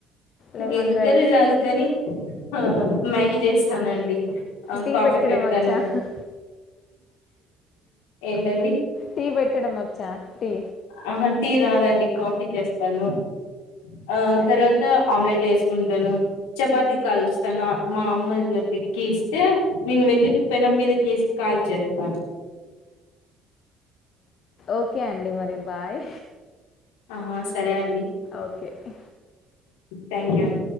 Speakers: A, on the left; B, on the left.
A: lemon
B: egg curry
A: rice
B: రాదు కానీ ఆ మ్యాగీ చేస్తానండి,
A: టీ
B: కాఫీ
A: పెట్టడం
B: పెడతాను
A: వచ్చా
B: ఏంటండి
A: టీ పెట్టడం వచ్చా టీ
B: ఆహ టీ రాదండి కాఫీ చేస్తాను ఆ
A: సరే
B: తర్వాత ఆమ్లెట్ వేసుకుంటాను, చపాతి కలుస్తాను, మా అమ్మ ఇట్లా తిక్కి ఇస్తే, నేను వెళ్ళి పెనం మీదకి వసి కాల్ చేతను
A: ఓకే అండి మరి బాయ్
B: ఆ సరే అండి
A: ఓకే
B: థ్యాంక్ యూ అం